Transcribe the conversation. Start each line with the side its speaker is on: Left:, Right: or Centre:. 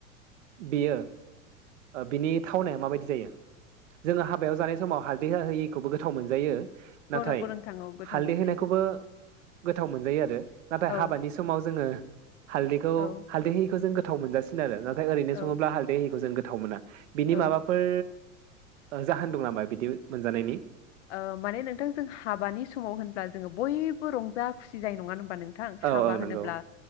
Right: बेयो ओ बिनि थावनाया माबायदि जायो जोङो हाबायाव जानाय समाव हालदै होआ होयिखौबो गोथाव मोनजायो। नाथाय
Left: औ नंगौ नोंथां औ गोथाव
Right: हालदै
Left: मोनजायो
Right: होनायखौबो गोथाव मोनजायो आरो। नाथाय
Left: औ
Right: हाबानि समाव जोङो हालदैखौ
Left: औ
Right: हालदै हिखौ जों गोथाव मोनजासिनो आरो ना ओरैनो
Left: औ
Right: सङोबा हालदै होयिखौ जों गोथ थाव मोना बिनि
Left: औ
Right: माबाफोर जाहोन दं नामा बिदि मोनजानायनि
Left: औ माने नोंथां जों हाबानि समाव होनब्ला जोङो बय बो रंजा खुसि जायो नङा होन बा नोंथां
Right: औ
Left: हाबा
Right: औ
Left: होनोब्ला
Right: नंगौ